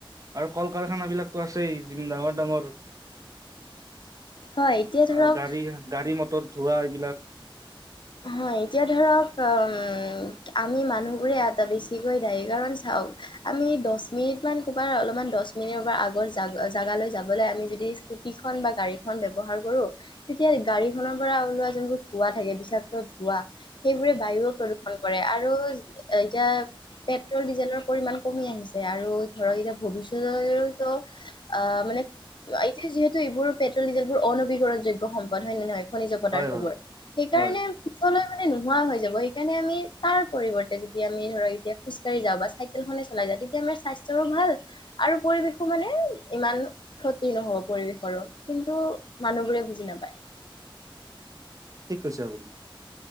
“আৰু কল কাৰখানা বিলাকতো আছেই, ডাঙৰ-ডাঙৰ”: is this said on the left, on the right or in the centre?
Right